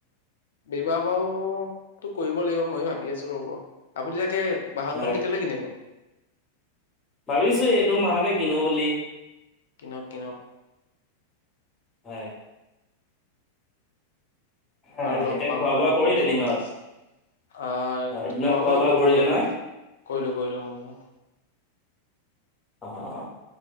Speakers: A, on the left; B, on the left.
A: বিবাহ বাৰুতো কৰিব লাগিব মইও ভাবি আছো ৰব, আপুনি তাকে বাহনখন
B: হয়
A: কেতিয়ালে কিনিব?
B: ভাবিছো এইটো মাহতে কিনো বুলি।
A: কিনক কিনক।
B: হয়। হয়
A: আৰু লগ
B: এতিয়া
A: পাম
B: খোৱা
A: বাৰু
B: বোৱা
A: দিয়ক
B: কৰিলে
A: মই চহৰ
B: দিনত
A: আহ
B: হয় দিনত
A: খোৱা বোৱা কৰিলো
B: কৰিলে
A: কৰিলো
B: নহয়
A: কৰিলো কৰিলো হয়।
B: অ অ অ।